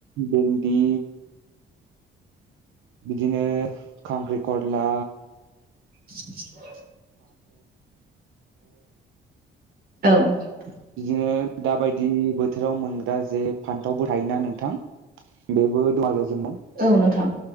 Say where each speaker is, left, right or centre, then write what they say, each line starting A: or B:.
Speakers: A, on the right; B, on the right.
A: बेन्दि बिदिनो खांख्रि खला
B: <inaudible> औ ।
A: बिदिनो दाबायदि बोथोराव मोनग्रा जे फान्थावबो थायोना नोंथां बेबो दं आरो जोंनाव।
B: औ नोंथां